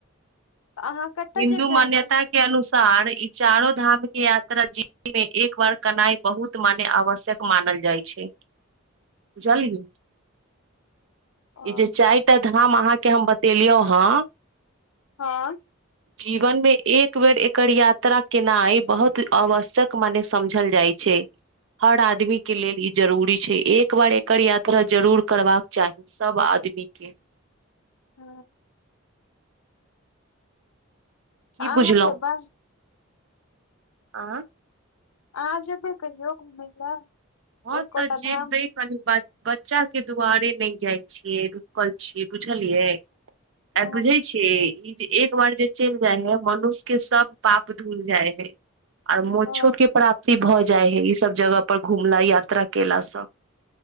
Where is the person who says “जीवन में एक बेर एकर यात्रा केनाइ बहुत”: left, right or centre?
Right